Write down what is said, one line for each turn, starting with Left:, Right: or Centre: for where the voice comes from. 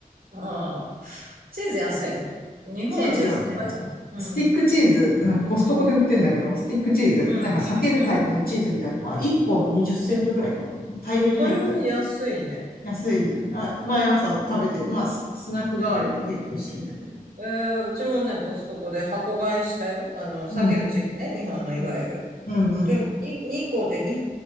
Right: ん。チーズ安いの日本はチーズ高いじゃん。
Left: チーズはね、スティックチーズ、
Right: うん。
Left: なんかコストコで売ってんだけど、スティックチーズ、
Right: うん。
Left: なんか裂けるタイプのチーズみたいなのが1本20セントぐらいかな。
Right: うん。
Left: 大量に入って。
Right: それも安いね。
Left: 安いね。あ毎朝食べて、まあ、ススナック代わりに結構してんだけど。
Right: えー、うちもね、コストコで箱買いしたよ。あの、避けるチーズね。
Left: うん。
Right: 日本のいわゆる。
Left: うん。うんうん。
Right: でもに2個で2、